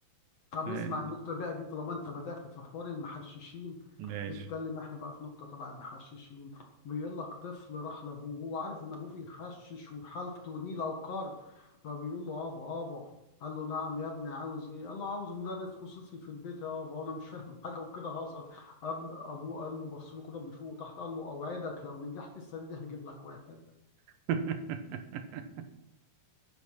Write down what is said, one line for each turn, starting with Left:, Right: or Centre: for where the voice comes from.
Left: طب
Right: م-
Left: اسمع النقطة بقى دي طالما انت بدأت في حوار المحششين
Right: ماشي
Left: نتكلم احنا بقى في نقطة تبع المحششين بيقول لك طفل راح لابوه وهو عارف ان ابوه بيحشش وحالته نيلة وقرب فبيقول له ابا ابا قال له نعم يا ابني عاوز ايه؟ قال له عاوز مدرس خصوصي في البيت يا ابا وانا مش فاهم <laughs> حاجة وكده هصل قال ابوه قال له بص له كده من فوق وتحت قال له اوعدك لو نجحت السنة دي هجيب لك واحد
Right: <laughs>